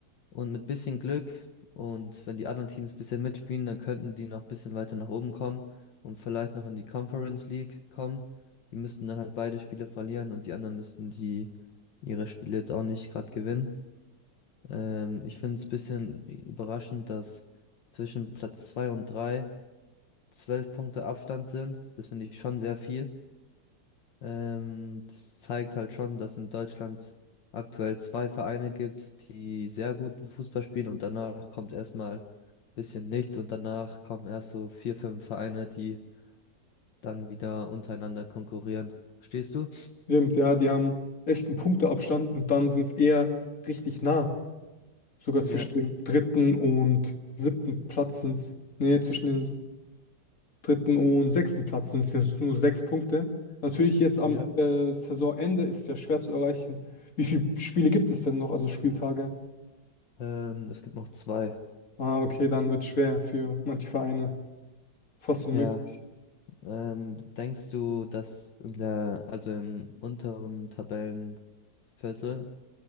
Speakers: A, on the left; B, on the left.
A: und mit bisschen Glück und wenn die anderen Teams ein bisschen mitspielen, dann könnten die noch ein bisschen weiter nach oben kommen und vielleicht noch in die Conference League kommen. Die müssten dann halt beide Spiele verlieren und die anderen müssten die ihre Spiele jetzt auch nicht gerade gewinnen. Ähm, ich finde es ein bisschen überraschend, dass zwischen Platz 2 und 3 zwölf Punkte Abstand sind. Das finde ich schon sehr viel. Ähm, das zeigt halt schon, dass in Deutschland aktuell zwei Vereine gibt, die sehr guten Fußball spielen und danach kommt erstmal ein bisschen nichts und danach kommen erst so vier, fünf Vereine, die dann wieder untereinander konkurrieren. Verstehst du?
B: Stimmt, ja, die haben echt einen Punkteabstand und dann sind es eher richtig nah. Sogar
A: Ja,
B: zwischen dem dritten und siebten Platz sind es, nee, zwischen dem dritten und sechsten Platz sind es nur sechs Punkte. Natürlich jetzt am
A: ja.
B: äh, Saisonende ist es ja schwer zu erreichen. Wie viele Spiele gibt es denn noch, also Spieltage?
A: Ähm, es gibt noch zwei.
B: Ah, okay, dann wird es schwer für manche Vereine. Fast unmöglich.
A: Ja. Ähm, denkst du, dass in der, also im unteren Tabellenviertel,